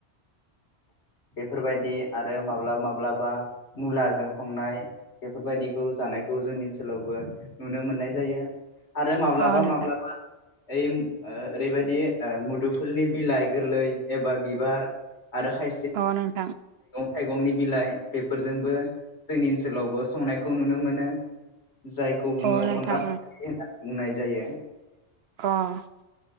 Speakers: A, on the left; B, on the right.
A: बेफोरबायदि आरो माब्लाबा माब्लाबा मुलाजों संनाय बेफोरबायदिखौ जानायखौ जोंनि ओनसोलावबो नुनो मोननाय जायो। आरो माब्लाबा
B: अ नोंथां
A: माब्लाबा ओइम ओ ओरैबायदि ओ मुदुफुलनि बिलाइ गोरलै एबा बिबार आरो खाय
B: अ नोंथां।
A: थाइगंनि बिलाइ बेफोरजोंबो जोंनि ओनसोलावबो संनायखौ नुनो मोनो। जायखौ बुंङो
B: अ नोंथां
A: अनला खारै होन्नानै। बुंनाय जायो।
B: अह